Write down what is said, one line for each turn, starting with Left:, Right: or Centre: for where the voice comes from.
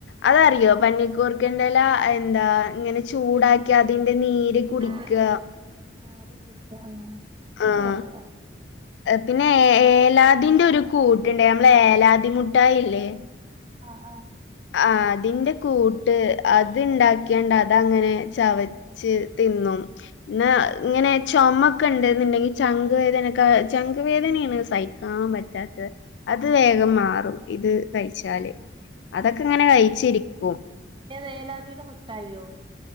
Left: അതറിയോ പന്നിക്കൂർക്കൻ്റെല എന്താ ഇങ്ങനെ ചൂടാക്കി അതിന്റെ നീര് കുടിക്കാ
Right: ആ ആ അത്കുടിക്കാഞ്ഞാ
Left: ആഹ്
Right: അത് നല്ലതാ
Left: പിന്നെ ഏലാദിന്റെ ഒരു കൂട്ടുണ്ട് നമ്മളെ ഏലാദി മുട്ടായില്ലേ
Right: ആഹ് ആഹ്
Left: ആ അതിന്റെ കൂട്ട് അത് ഇണ്ടാക്കിയാണ്ട് അതങ്ങനെ ചവ ച്ച് തിന്നും ന്നാ ഇങ്ങനെ ചുമൊക്കെണ്ട് ന്ന്ണ്ടെങ്കിൽ ചങ്കുവേദനക്കെ ചങ്കുവേദനയാണ് സഹി ആ മെറ്റാറ്റെ അത് വേഗം മാറും ഇത് കഴിച്ചാല് അതൊക്കെ ഇങ്ങനെ കഴിച്ചിരിക്കും
Right: ഏത് ഏലാദിടെ മിട്ടായിയോ?